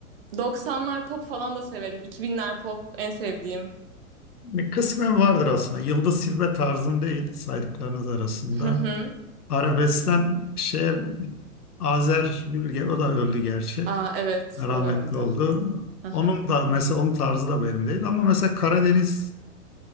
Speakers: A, on the right; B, on the left.
A: 90'lar pop falan da severim. 2000'ler pop en sevdiğim.
B: Yani kısmen vardır aslında. Yıldız Silbe tarzım değil saydıklarınız arasında.
A: Hı hı.
B: Arabeskten şeye Azer Bülge o da öldü gerçi.
A: Aa, evet
B: rahmetli
A: o da öldü.
B: oldu.
A: Hı hı.
B: Onun da mesela onun tarzı da benim değil ama mesela Karadeniz'de